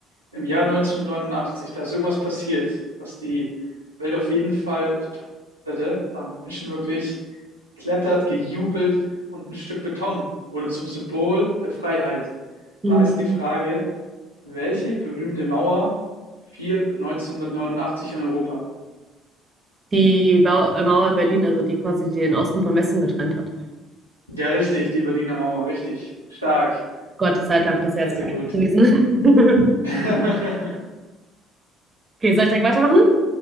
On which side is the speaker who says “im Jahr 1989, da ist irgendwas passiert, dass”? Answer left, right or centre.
Right